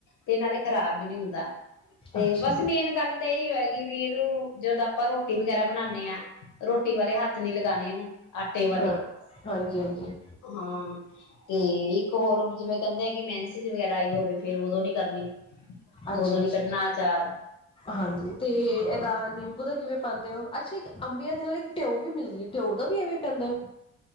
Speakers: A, on the left; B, on the left.
A: ਤੇ ਨਾਲੇ ਖਰਾਬ ਵੀ ਨੀ ਹੁੰਦਾ ਤੇ
B: ਅੱਛਾ
A: ਬਸ ਮੇਨ ਗੱਲ ਤਾਂ ਇਹੀ ਹੈਗੀ ਵੀ ਇਹਨੂੰ ਜਦੋਂ ਆਪਾਂ ਰੋਟੀ ਵਗੈਰਾ ਬਣਾਉਂਦੇ ਆ ਰੋਟੀ ਵਾਲੇ ਹੱਥ ਨੀ ਲਗਾਉਣੇ ਇਹਨੂੰ ਆਟੇ ਵਾਲੇ
B: ਹਾਂ ਹਾਂਜੀ ਹਾਂਜੀ
A: ਹਾਂ ਤੇ ਇੱਕ ਹੋਰ ਜਿਵੇਂ ਕਹਿੰਦੇ ਆ ਕਿ ਮੈਨਸੀਸ ਵਗੈਰਾ ਆਈ ਹੋਵੇ ਫਿਰ ਉਦੋਂ ਨੀ ਕਰਨੀ
B: ਅੱਛਾ
A: ਉਦੋਂ
B: ਅੱਛਾ
A: ਨੀ ਕੱਢਣਾ ਅਚਾਰ
B: ਹਾਂਜੀ ਤੇ
A: ਹਾਂ
B: ਇਹਦਾ ਨਿੰਬੂ ਦਾ ਕਿਵੇਂ ਪਾਉਂਦੇ ਹੋ ਅੱਛਾ ਇੱਕ ਅੰਬੀਆਂ ਦੇ ਨਾਲ ਇੱਕ ਟਿਓ ਵੀ ਮਿਲਦੀ ਐ ਟਿਓ ਦਾ ਵੀ ਐਵੇਂ ਪੈਂਦਾ